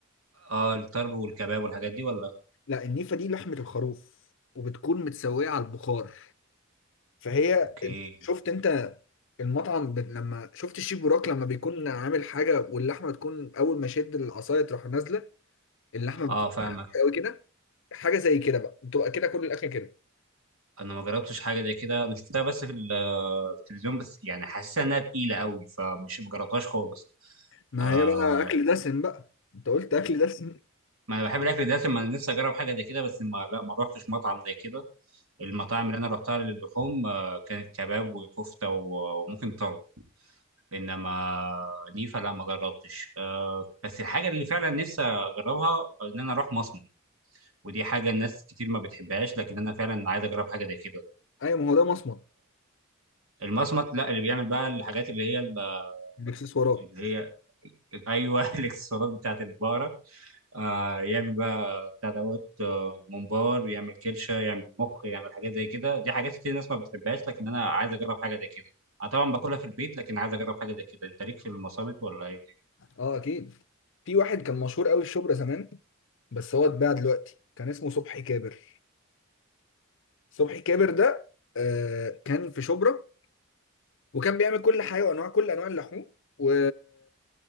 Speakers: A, on the right; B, on the left.
A: اه الطرب والكباب والحاجات دي ولا
B: لا النيفه دي لحمه الخروف وبتكون متسويه على البخار فهي
A: اوكي
B: شفت انت المطعم ب- لما شفت الشيف بوراك لما بيكون عامل حاجه واللحمه تكون اول ما شد العصايه تروح نازله اللحمه
A: اه
B: بتكون
A: فاهمك
B: قوي كده حاجه زي كده بقى بتبقى كده كل الاكل كده
A: انا ما جربتش حاجه زي كده انا شفتها بس في ال- في التلفزيون بس يعني حاسسها انها تقيله قوي فمش ما جربتهاش خالص
B: ما
A: آه
B: هي بقى اكل دسم بقى انت قلت اكل دسم
A: ما انا بحب الاكل ده ما انا نفسي اجرب حاجه زي كده بس ما لا ما روحتش مطعم زي كده المطاعم اللي انا روحتها للحوم آه كانت كباب وكفته و- وممكن طرب انما نيفا لا ما جربتش أه بس الحاجه اللي فعلا نفسي اجربها ان انا اروح مصمت ودي حاجه الناس كتير ما بتحبهاش لكن انا فعلا عايز اجرب حاجه زي كده
B: ايوه ما هو ده مصمت
A: المصمت لا اللي بيعمل بقى الحاجات اللي هي ال-
B: الاكسسوارات
A: اللي هي ايوه <laughs> الاكسسوارات بتاعت البقره آه يعمل بقى بتاع دوت آه ممبار يعمل كرشه يعمل مخ يعمل حاجات زي كده دي حاجات كتير الناس ما بتحبهاش لكن انا عايز اجرب حاجه زي كده انا طبعا باكلها في البيت لكن عايز اجرب حاجه زي كده انت ليك في المصامت ولا ايه
B: اه اكيد في واحد كان مشهور قوي في شبرا زمان بس هو اتباع دلوقتي كان اسمه صبحي كابر صبحي كابر ده آه كان في شبرا وكان بيعمل كل حاجه وانواع كل انواع اللحوم و...